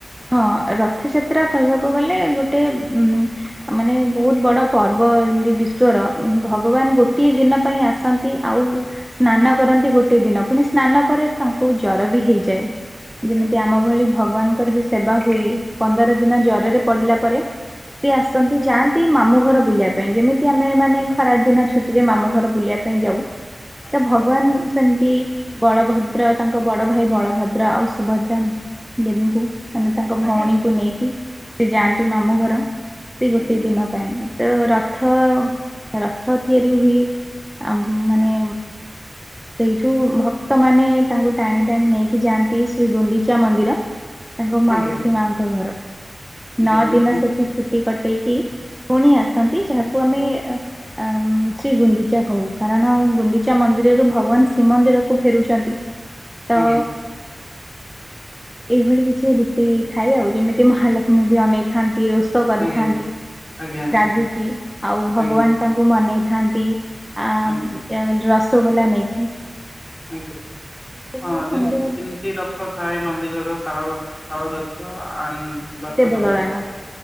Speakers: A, in the centre; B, on the left.
A: ହଁ, ରଥଯାତ୍ରା କହିବାକୁ ଗଲେ ଗୋଟେ ଉ ମାନେ ବହୁତ ବଡ ପର୍ବ ଏମତି ବିଶ୍ଵର ଭଗବାନ ଗୋଟଏ ଦିନ ପାଇଁ ଆସନ୍ତି ଆଉ ସ୍ନାନ କରନ୍ତି ଗୋଟିଏ ଦିନ ପୁଣି ସ୍ନାନ ପରେ ତାଙ୍କୁ ଜର ବି ହେଇଯାଏ।
B: ଆଜ୍ଞା।
A: ଯେମିତି ଆମ ଭଳି ଭଗବାନଙ୍କର ବି ସେବା ହୁଏ। ପନ୍ଦର ଦିନ ଜରରେ ପଡିଲା ପରେ ସିଏ ଆସନ୍ତି ଯାଆ ନ୍ତି ମାମୁଁ ଘର ବୁଲିବା ପାଇଁ ଯେମିତି ଆମେ ମାନେ ଖରା ଦିନ ଛୁଟି ରେ ମାମୁଁ ଘର ବୁଲିଆ ପାଇଁ ଯାଉ
B: ଆଜ୍ଞା
A: ତ ଭଗବାନ ସେମତି ବଳଭଦ୍ର ତାଙ୍କ ବଡ଼ ଭାଇ ବଳଭଦ୍ର ଆଉ ସୁଭଦ୍ରା ଦେବୀଙ୍କୁ ମାନେ ତାଙ୍କ ଭଉଣୀଙ୍କୁ
B: ଆଜ୍ଞା
A: ନେଇକି ସେ ଯାଆନ୍ତି ମାମୁଁ ଘର। ସେ ଗୋଟେ
B: ଆଜ୍ଞା
A: ଦିନ ପାଇଁ ତ ରଥ ରଥ ତିଆରି ହୁଏ। ଆମ ମାନେ ସେଇଠୁ ଭକ୍ତମାନେ ତାଙ୍କୁ ଟାଣି ଟାଣି ନେଇକି ଯାଆନ୍ତି ଶ୍ରୀ ଗୁଣ୍ଡିଚା ମନ୍ଦିର। ତାଙ୍କ ମାଉସୀ
B: ଆଜ୍ଞା
A: ମାଙ୍କ ଘରକୁ
B: ଆଜ୍ଞା
A: ନଅ
B: ଯୋଉ
A: ଦିନ
B: ତିନ
A: ସେଠି ଛୁଟି କଟ୍ ହେଇକି ପୁଣି ଆସନ୍ତି ଯାହାକୁ ଆମେ ଆମ୍ ସି ଗୁଣ୍ଡିଚା କହୁ କାରଣ ଗୁଣ୍ଡିଚା ମନ୍ଦିରରୁ ଭ <unintelligible> ଶ୍ରୀମନ୍ଦିର କୁ ଫେରୁଛନ୍ତି ତ
B: ଆଜ୍ଞା
A: ଏଇଭଳି କିଛି ରୀତି ଥାଏ ଆଉ ଯେମିତି ମହାଲକ୍ଷ୍ମୀ ବି ଅନେଇ ଥାନ୍ତି ରୋ ସ କରିଥାନ୍ତି
B: ଆଜ୍ଞା
A: ଏ
B: ଆଜ୍ଞା
A: ରାଗିକି ଆଉ ଭଗବାନ
B: ଆଜ୍ଞା
A: ତାଙ୍କୁ ମନେଇଥାନ୍ତି। ଆମ୍
B: ଆଜ୍ଞା
A: ରସଗୋଲା ନେଇକି।
B: ଆଜ୍ଞା
A: ଏ ସବୁ
B: ହଁ
A: ସୁନ୍ଦର
B: ଯେମ୍ତି ରଥ ଥାଏ ନନ୍ଦିଘୋଷ, ତାଲ ତାଳଧୋଜ, ଆନ୍ ଦର୍ପଦଳନ
A: ଦେବଦଳନା
B: ଏ